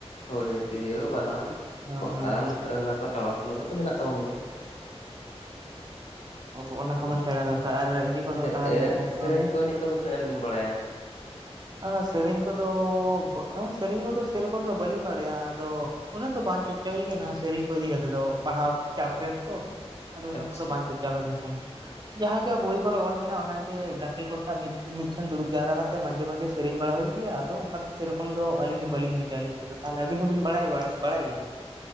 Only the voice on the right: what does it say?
ᱦᱮᱸ
ᱦᱮᱸ ᱦᱮᱸ
ᱦᱩᱸ ᱚᱱᱟ ᱠᱚᱢᱟᱹ ᱥᱮᱬᱟ ᱫᱚᱨᱠᱟᱨ ᱟᱨ ᱤᱭᱟᱹ
ᱠᱚᱫᱚ
ᱚᱱᱠᱟ
ᱟ ᱥᱮᱨᱮᱧ ᱠᱚᱫᱚ ᱟ ᱥᱮᱨᱮᱧ ᱠᱚᱫᱚ ᱥᱮᱨᱚᱠᱚᱢ ᱫᱚ ᱵᱟᱹᱞᱤᱧ ᱵᱟᱲᱟᱭᱟ ᱟᱫᱚ ᱩᱱᱟᱹᱜ ᱫᱚ ᱵᱟᱝ ᱪᱚᱨᱪᱟ ᱦᱩᱭ ᱟᱠᱟᱱᱟ ᱥᱮᱨᱮᱧ ᱠᱚ ᱤᱫᱤ ᱠᱟᱛᱮᱫ ᱫᱚ ᱯᱟᱲᱦᱟᱣ ᱪᱟᱯ ᱨᱮᱛᱚ᱾ ᱟᱫᱚ ᱚᱱᱟ
ᱠᱚᱫᱚ ᱵᱟᱝ
ᱪᱚᱨᱪᱟ ᱵᱟᱲᱟ ᱦᱩᱭ ᱠᱟᱱᱟ᱾ ᱡᱟᱦᱟᱸ ᱜᱮ ᱵᱳᱭ ᱠᱚᱨᱮ ᱚᱞ ᱢᱮᱱᱟᱜᱼᱟ ᱚᱱᱟᱜᱮ ᱜᱟᱛᱮ ᱠᱚ ᱥᱟᱶ ᱢᱤᱫᱴᱷᱮᱱ ᱫᱩᱲᱩᱵ ᱡᱟᱣᱨᱟ ᱠᱟᱛᱮ ᱢᱟᱡᱷᱮ ᱢᱟᱡᱷᱮ ᱥᱮᱨᱮᱧ ᱵᱟᱲᱟ ᱦᱩᱭᱩᱜ ᱜᱮᱭᱟ ᱟᱫᱚ ᱚᱱᱠᱟ ᱫᱚ ᱥᱮᱨᱚᱠᱚᱢ ᱫᱚ ᱟᱹᱞᱤᱧ ᱫᱚ ᱵᱟᱹᱞᱤᱧ ᱵᱩᱡᱟ ᱟᱹᱞᱤᱧ ᱛᱮᱫᱚ ᱛᱟᱦᱚᱞᱮ ᱟᱵᱤᱱ ᱦᱚᱸᱵᱤᱱ ᱵᱟᱲᱟᱭ ᱵᱟᱲᱟᱭ ᱵᱟᱲᱟᱭ ᱜᱮᱭᱟ